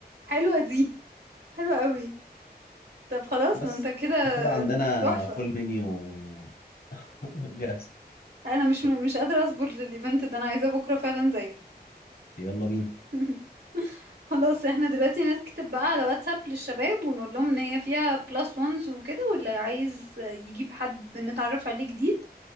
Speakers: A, on the right (about 80°); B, on the left (about 60°).
A: حلوة دي حلو قوي طب خلاص
B: بس
A: ما انت كده
B: كده عندنا
A: تحفة
B: فول منيو <laughs> جاهز
A: انا مش مش قادرة اصبر للايفنت ده انا عايزاه بكرة فعلا زيك
B: يلا بينا
A: <laughs> خلاص احنا دلوقتي نكتب بقى على واتساب للشباب ونقول لهم ان هي فيها بلس وانز وكده واللي عايز يجيب حد نتعرف عليه جديد